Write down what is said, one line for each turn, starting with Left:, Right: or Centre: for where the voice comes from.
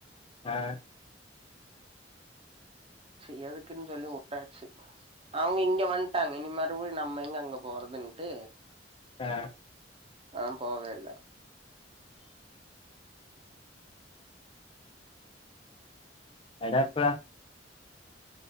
Left: அ
Right: சேர் எதுக்குன்னு சொல்லி உட்டாச்சு அவுங்க இங்க வந்டாங்க இனி மறுபடி நம்ம எங்க அங்க போறதுன்ட்டு
Left: அ
Right: ஆ போவேல்ல
Left: அடப்ப